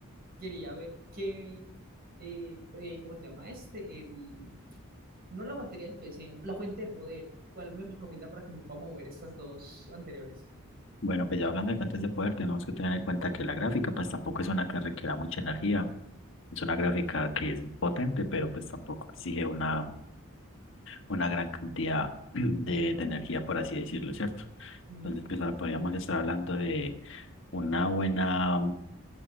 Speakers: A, on the right; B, on the left.
A: quería ver qué, eh, eh, ¿cómo se llama este? El, no la batería del PC, no, la fuente de poder. ¿Cuál me recomienda para que me pueda mover estas dos anteriores?
B: Bueno, pues ya hablando de fuentes de poder, tenemos que tener en cuenta que la gráfica, pues tampoco es una que requiera mucha energía. Es una gráfica que es potente, pero pues tampoco exige una, una gran cantidad <clears throat> de,
A: Ujú,
B: de energía, por así decirlo, ¿cierto?
A: ujú.
B: Entonces, pues ahora podríamos estar hablando de una buena,